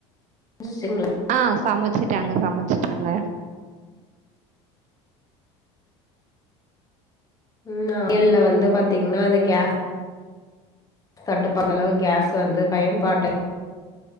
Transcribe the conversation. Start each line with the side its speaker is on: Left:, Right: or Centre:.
Left: சிங்க
Right: ஆஹ் சமைச்சிட்டாங்க சமைச்சிட்டாங்க
Left: உம் ஆயல்ல வந்து பாத்தீங்கன்னா அந்த கேஸ் க தட்டு பண்ண அளவுக்கு கேஸ் வந்து பயன்பாட்டு